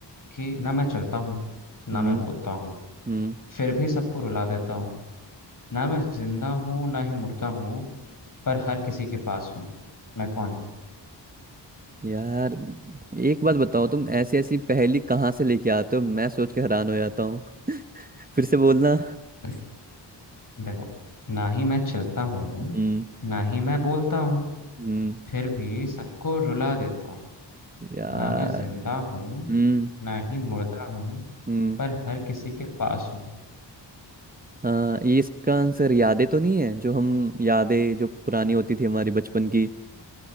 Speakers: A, on the left; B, on the right.
A: कि ना मैं चलता हूँ ना
B: हम्म
A: मैं बोलता हूँ
B: हम्म
A: फिर भी सबको रुला देता हूँ ना मैं जिंदा हूँ ना ही मुर्दा हूँ पर हर किसी के पास हूँ मैं कौन
B: यार एक बात बताओ तुम ऐसी ऐसी पहेली कहाँ से लेके आते हो मैं सोच के हैरान हो जाता हूँ <laughs> फिर से बोलना
A: अ, देखो ना ही मैं चलता हूँ
B: हम्म
A: ना ही मैं बोलता हूँ
B: हम्म
A: फिर भी सबको रुला देता हूँ
B: यार
A: ना मैं जिंदा हूँ
B: हम्म
A: ना ही मुर्दा हूँ
B: हम्म
A: पर हर किसी के पास हूँ
B: हाँ ये इसका आंसर यादें तो नहीं है जो हम यादें जो पुरानी होती थी हमारी बचपन की